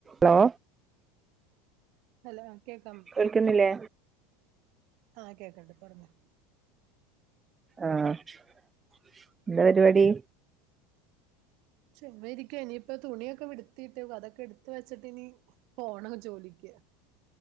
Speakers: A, on the right (about 25°); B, on the right (about 60°).
A: hello
B: hello കേക്കാമോ
A: കേൾക്കുന്നില്ലേ
B: ആഹ് കേക്കണ്ട് പറഞ്ഞോ
A: ആഹ്എന്താപരിവാടി
B: ചുമ്മാരിക്ക ഇനിയിപ്പൊ തുണിയൊക്കെ വിടുത്തീട്ട് വതൊക്കെ എടുത്ത് വെച്ചിട്ട് ഇനി പോണം ജോലിക്ക്